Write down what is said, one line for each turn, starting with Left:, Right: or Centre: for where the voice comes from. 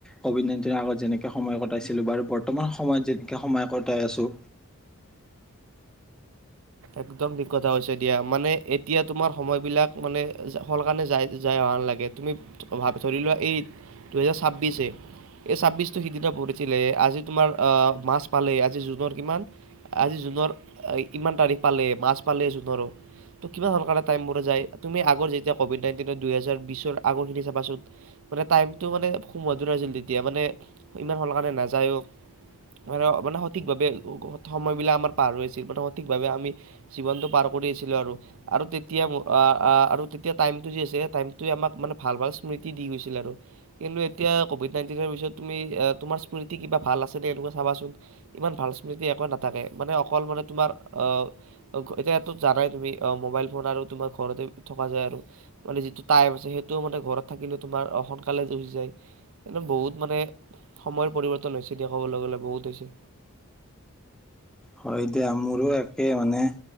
Centre: কভিড নাইণ্টিনৰ আগত যেনেকে সময় কটাইছিলো বাৰু, বৰ্তমান সময়ত যেনেকে সময় কটাই আছোঁ
Right: একদম থিক কথা হৈছে দিয়া, মানে এতিয়া তোমাৰ সময় বিলাক মানে সোনকালে যাৱা হেন লাগে, তুমি ভাব- ধৰি লোৱা এই, দুহেজাৰ ছাব্বিশে, এই ছাব্বিশটো সিদিনা <unintelligible> আজি তোমাৰ আহ মাজ পালে, আজি জুনৰ কিমান, আজি জুনৰ ইমান তাৰিখ পালে, মাজ পালে জুনৰো। ত' কিমান সোনকালে টাইমবোৰ যায়। তুমি আগৰ যেতিয়া ক'ভিড নাইনটিনৰ দুইহেজাৰ বিছৰ আগৰখিনি চাবাচোন, মানে টাইমটো মানে <unintelligible> তেতিয়া, মানে ইমান সোনকালে নাযায়ো, মানে- মানে সঠিকভাৱে সময়বিলাক আমাৰ পাৰ হৈ আছিল, মানে সঠিকভাৱে আমি জীৱনটো পাৰ কৰি আছিলোঁ আৰু। আৰু তেতিয়া আ, আ আৰু তেতিয়া টাইমটো যে আছে, টাইমটোৱে আমাক মানে ভাল ভাল স্মৃতি দি গৈছিল আৰু। কিন্তু এতিয়া কভিড নাইনটিনৰ পিছত তুমি তোমাৰ স্মৃতি কিবা ভাল আছে নে এনেকুৱা চাবাচোন, ইমান ভাল স্মৃতি একোৱে নাথাকে। মানে অকল মানে তোমাৰ অ' এতিয়াতো জানাই তুমি, অ মোবাইল ফোন আৰু তোমাৰ ঘৰতে থকা যায় আৰু। মানে যিটো টাইম আছে সেইটো মানে ঘৰত থাকিলে তোমাৰ সোনকালে গুচি যায়। একদম বহুত মানে সময়ৰ পৰিৱৰ্তন হৈছে দিয়া কবলৈ গলে বহুত হৈছে।
Centre: হয় দিয়া মোৰো একে মানে,